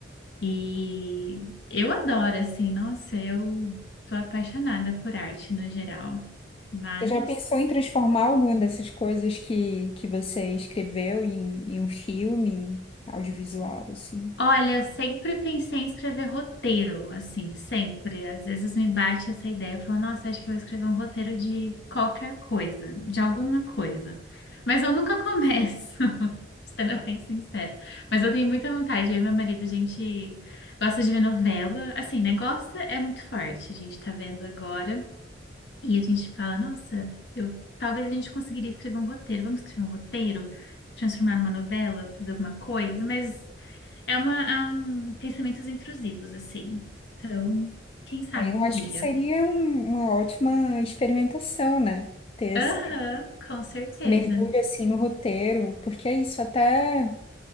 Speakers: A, on the left (about 65°); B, on the left (about 30°).
A: E eu adoro, assim, nossa, eu tô apaixonada por arte no geral. Mas.
B: Você já pensou em transformar alguma dessas coisas que, que você escreveu em, em um filme audiovisual, assim?
A: Olha, eu sempre pensei em escrever roteiro, assim, sempre. Às vezes me bate essa ideia, eu falo, nossa, acho que eu vou escrever um roteiro de qualquer coisa, de alguma coisa. Mas eu nunca começo, <laughs> sendo bem sincera. Mas eu tenho muita vontade, eu e meu marido, a gente gosta de ver novela, assim, né? Gosta é muito forte, a gente tá vendo agora. E a gente fala, nossa, eu talvez a gente conseguiria escrever um roteiro, vamos escrever um roteiro, transformar numa novela, fazer alguma coisa, mas. É uma, é um pensamentos intrusivos, assim. Então, quem sabe
B: Aí eu
A: um
B: acho
A: dia.
B: que seria um- uma ótima experimentação, né? Ter
A: Aham,
B: esse
A: com certeza.
B: esse mergulho assim no roteiro, porque é isso, até